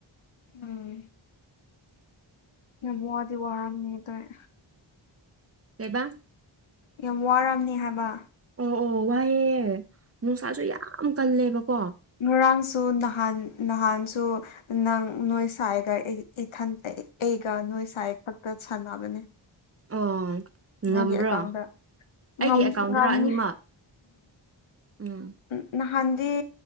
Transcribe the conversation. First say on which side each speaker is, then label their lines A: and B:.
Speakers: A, on the left; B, on the right.
A: ꯎꯝ ꯌꯥꯝ ꯋꯥꯗꯤ ꯋꯥꯔꯝꯅꯤ ꯑꯗꯣꯢ
B: ꯀꯩꯕ
A: ꯌꯥꯝ ꯋꯥꯔꯝꯅꯤ ꯍꯥꯏꯕ
B: ꯑꯣ ꯑꯣ ꯋꯥꯏꯌꯦ ꯅꯨꯡꯁꯥꯁꯨ ꯌꯥꯝ ꯀꯜꯂꯦꯕꯀꯣ
A: ꯅꯨꯔꯥꯡꯁꯨ ꯅꯍꯥꯟ ꯅꯍꯥꯟꯁꯨ ꯅꯪ ꯅꯣꯏ ꯁꯥꯏꯒ ꯑꯩ ꯏꯊꯟ ꯑꯩ ꯑꯩꯒ ꯅꯣꯏ ꯁꯥꯏꯒ ꯈꯛꯇ ꯁꯥꯟꯅꯕꯅꯦ
B: ꯑꯣ
A: ꯅꯪꯒꯤ
B: ꯉꯝꯕ꯭ꯔꯣ
A: ꯑꯦꯀꯥꯎꯟꯗ
B: ꯑꯩꯒꯤ
A: ꯉꯝꯃꯦ
B: ꯑꯦꯀꯥꯎꯟꯗꯔ ꯑꯅꯤꯃꯛ ꯎꯝ
A: ꯎꯝ ꯅꯍꯥꯟꯗꯤ